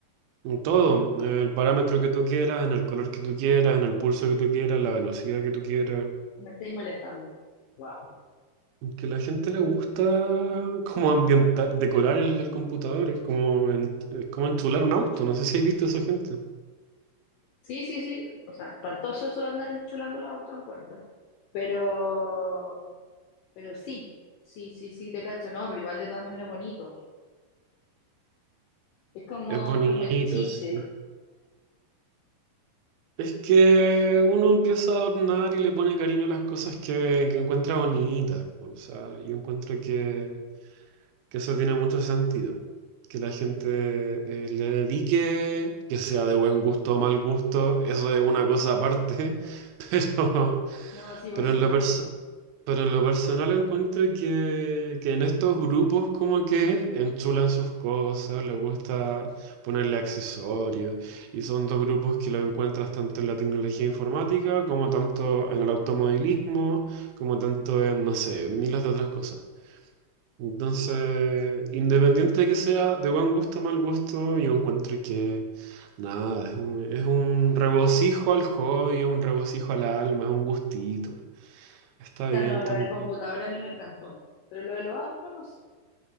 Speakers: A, on the right (about 80°); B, on the left (about 85°).
A: En Todo, eh, el parámetro que tú quieras, en el color que tú quieras, en el pulso que tú quieras, la velocidad que tú quieras.
B: Me estáis molestando. Wow.
A: Que a la gente le gusta <laughs> como ambientar, decorar el, el computador, es como, en- es como enchular un auto, no sé si has visto a esa gente.
B: Sí, sí, sí. O sea, espantoso eso de andar enchulando los autos en cuenta. Pero, pero sí, sí, sí, sí, te cacho, no, pero igual de todas maneras bonito. po. Es como,
A: Es bonito,
B: como el chiche,
A: sí. Es que uno empieza a adornar y le pone cariño a las cosas que, que encuentra bonitas. O sea, yo encuentro que que eso tiene mucho sentido. Que la gente eh, le dedique, que sea de buen gusto o mal gusto, eso es una cosa aparte, <laughs> pero,
B: ¿no? Sí, por
A: pero
B: supuesto.
A: en lo perso- pero en lo personal encuentro que, que en estos grupos como que enchulan sus cosas, les gusta ponerle accesorios, y son dos grupos que los encuentras tanto en la tecnología informática, como tanto en el automovilismo, como tanto en, no sé, miles de otras cosas. Entonces, independiente de que sea de buen gusto o mal gusto, yo encuentro que nada, es un, es un regocijo al hobby, es un regocijo al alma, es un gustito. Está
B: O sea,
A: bien
B: no, lo
A: también.
B: del computador a mí me encantó, pero lo de los autos no sé.